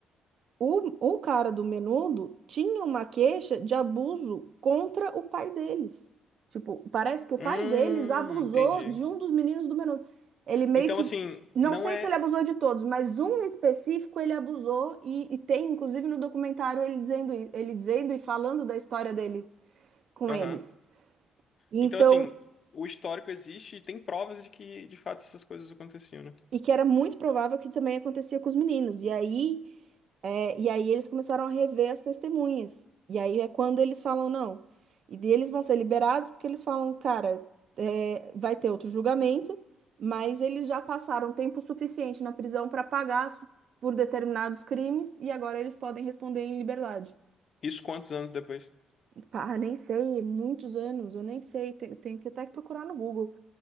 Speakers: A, on the right; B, on the left.
A: O, o cara do Menudo tinha uma queixa de abuso contra o pai deles. Tipo, parece que o
B: Hum,
A: pai deles abusou
B: entendi.
A: de um dos meninos do Menudo. Ele meio
B: Então,
A: que.
B: assim,
A: Não
B: não
A: sei
B: é.
A: se ele abusou de todos, mas um específico ele abusou e, e tem, inclusive, no documentário ele dizendo, i- ele dizendo e falando da história dele com
B: Aham.
A: eles. Então,
B: Então, assim, o histórico existe e tem provas de que, de fato, essas coisas aconteciam, né?
A: E que era muito provável que também acontecia com os meninos. E aí, é, e aí eles começaram a rever as testemunhas. E aí é quando eles falam não. E daí eles vão ser liberados porque eles falam, cara, é, vai ter outro julgamento, mas eles já passaram tempo suficiente na prisão para pagar su- por determinados crimes e agora eles podem responder em liberdade.
B: Isso quantos anos depois?
A: Pá, nem sei, muitos anos, eu nem sei, te- tenho que até procurar no Google.